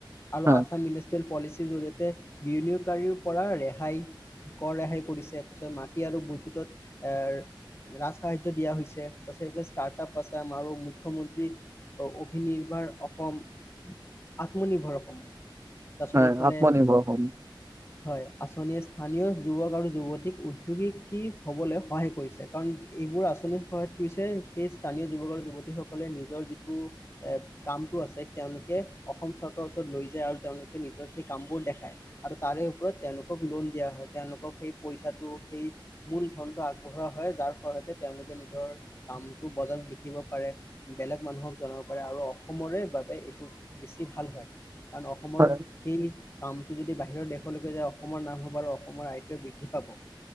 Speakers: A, on the left; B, on the right.
A: আৰু
B: হয়
A: আছাম ইণ্ডাষ্ট্ৰিয়েল পলিচীৰ জৰিয়তে বিনিয়োগকাৰীৰ পৰা ৰেহাই কৰ ৰেহাই কৰিছে তাৰপিছত মাটি আৰু বৈদ্যুতত এ ৰাজ সাহায্য দিয়া হৈছে তাৰপিছত এই ষ্টাৰ্ট আপ আচাম আৰু মুখ্যমন্ত্ৰী অভিনিৰ্ভৰ অসম আত্মনিৰ্ভৰ অসম তাৰপিছত
B: হয়
A: এইফালে
B: আত্মনিৰ্ভৰ অসম
A: হয় আঁচনিয়ে স্থানীয় যুৱক আৰু যুৱতীক উদ্যোগিকী হ'বলে সহায় কৰিছে কাৰণ এইবোৰ আঁচনিৰ সহায়ত কি হৈছে সেই স্থানীয় যুৱক আৰু যুৱতী সকলে নিজৰ যিটো এ কামটো আছে তেওঁলোকে অসম চৰকাৰৰ ওচৰত লৈ যায় আৰু তেওঁলোকে নিজৰ সেই কামবোৰ দেখায়। আৰু তাৰে ওপৰত তেওঁলোকক লোন দিয়া হয় তেওঁলোকক সেই পইচাটো সেই মূল ধনটো আগবঢ়োৱা হয় যাৰ ফলতে তেওঁলোকৰ নিজৰ কামটো বজাৰত দেখিব পাৰে। বেলেগ মানুহক জনাব পাৰে আৰু অসমৰে বাবে এইটো বেছি ভাল হয়। কাৰণ অসমৰ
B: হয়
A: সেই কাম টো যদি বাহিৰৰ দেশলৈকে যায় অসমৰ নাম হ'ব আৰু অসমৰ আয়টো বৃদ্ধি পাব।